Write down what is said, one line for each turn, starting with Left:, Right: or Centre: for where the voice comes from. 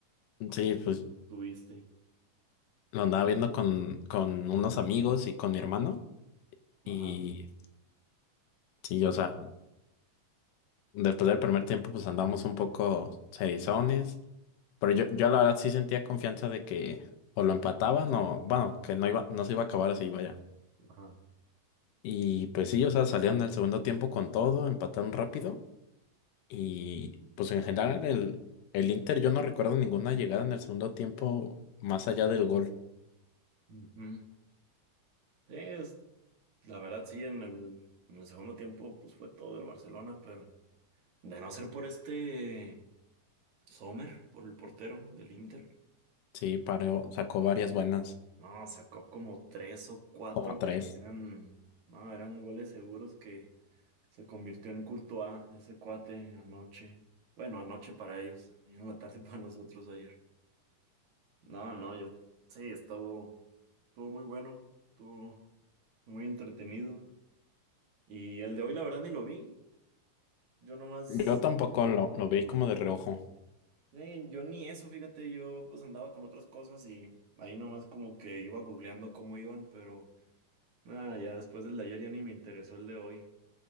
Left: Ujú.
Right: cómo
Left: Sí, pues
Right: tuviste.
Left: lo andaba viendo con, con unos amigos y con mi hermano.
Right: Ajá,
Left: Y sí, o sea, después del primer tiempo, pues andamos un poco serizones. Pero yo, yo la verdad sí sentía confianza de que o lo empataban o, bueno, que no iba, no se iba a acabar así, vaya.
Right: ajá.
Left: Y pues sí, o sea, salieron al segundo tiempo con todo, empataron rápido. Y pues en general el, el Inter, yo no recuerdo ninguna llegada en el segundo tiempo más allá del gol.
Right: Ujú. Sí, es- la verdad sí, en el, en el segundo tiempo pues fue todo del Barcelona, pero de no ser por este Sommer, por el portero del Inter,
Left: Sí, paró, sacó varias buenas,
Right: no, sacó como tres o cuatro
Left: como tres.
Right: que eran, no, eran goles seguros que se convirtió en Courtois, ese cuate anoche. Bueno, anoche para ellos, en la tarde <laughs> para nosotros ayer. No, no, yo sí, estuvo, estuvo muy bueno, estuvo muy entretenido. Y el de hoy, la verdad, ni lo vi. Yo nomás,
Left: Yo tampoco lo, lo vi como de reojo.
Right: eh, yo ni eso, fíjate, yo pues andaba con otras cosas y ahí nomás como que iba googleando cómo iban, pero nada, ya después del de ayer ya ni me interesó el de hoy.